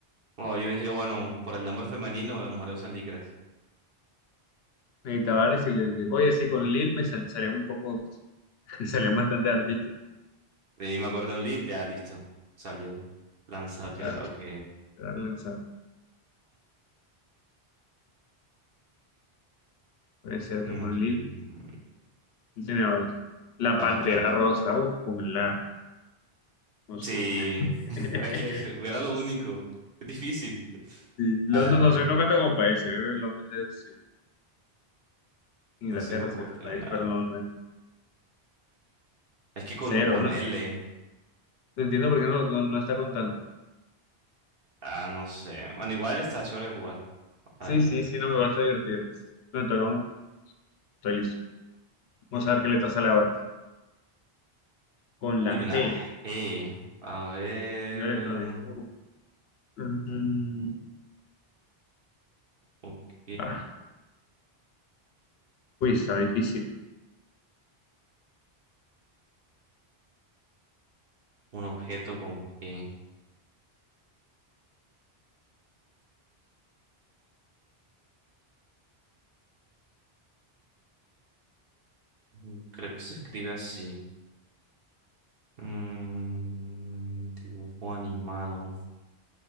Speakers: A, on the right (about 60°); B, on the left (about 75°).
A: Oh, yo dije, bueno, por el nombre femenino, las mujeres usan licras.
B: Y Tavares y le, le- oye, sí, con Lil me sal- salían un poco, <laughs> salían bastante artistas.
A: De ahí me acordé de un lead, ya listo. Salió. Lanzar yo,
B: Claro,
A: ok.
B: claro, lanzado. Es cierto,
A: Mm,
B: con Lil él tenía varios. La
A: levantar.
B: Pantera Rosa, uff, con la, no
A: Sí,
B: sé. <laughs>
A: <laughs> es que era lo único. Es difícil.
B: Sí, Londres
A: Ah,
B: no
A: eh,
B: sé, no cuenta como país, se vive en Londres es sí, Inglaterra,
A: no se me ocurrió
B: sería el país,
A: nada.
B: pero no, no es
A: Es que con,
B: cero.
A: con
B: No,
A: L,
B: no entiendo por qué no, no, no está contando.
A: ah, no sé. Bueno, igual está chévere jugar. A
B: Sí,
A: ver.
B: sí, sí, no me vas a divertir. Bueno, entonces vamos, estoy listo. Vamos a ver qué letra sale ahora. Con
A: Uy,
B: la
A: una
B: G,
A: G. A ver.
B: yo electrónico. Uf. Mm,
A: Ok.
B: ah, uy, está difícil.
A: Un objeto con G. Mm, Creo que se escribe así. Mm, dibujo animado.